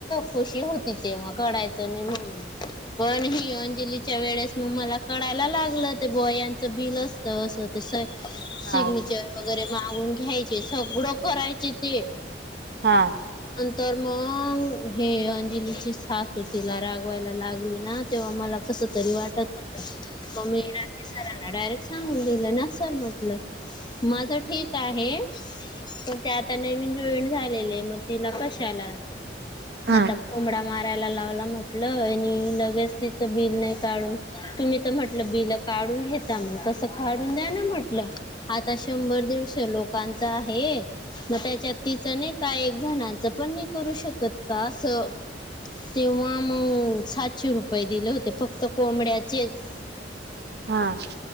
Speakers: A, on the left; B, on the right.
A: खुशी होती तेव्हा कढायचं नाही म्ह पण हि अंजलीच्या वेळेस मग मला कळाायला लागलं ते बॉयांचं बिल असत असं ते सिग्नेचर
B: हा
A: वगैरे मागून घ्यायचे सगळं करायचे ते
B: हा
A: तर मग हे अंजलीची सासू तिला रागवायला लागली ना तेव्हा मला तरी वाटत होत म राडायरेक् सांगून दिलं ना सर म्हटलं माझ ठीक आहे पण ते आता नवीन जॉईन झालेले मग तिला कशाला
B: हा
A: आता कोंबडा माराय लाव म्हट लगेच ति बिल नाही काढून तुम्ही तर म्हटलं ब काढून घेता मग तसं काढून द्या ना म्हटलं आता शंभर दीडश लोकांच आहे मग त्याच्या तीच नाही का एक जणांचं पण नाही करू शकत का असं तेव्हा मग सातशे रुपये दिले होते फक्त कोंबड्याचेच
B: हा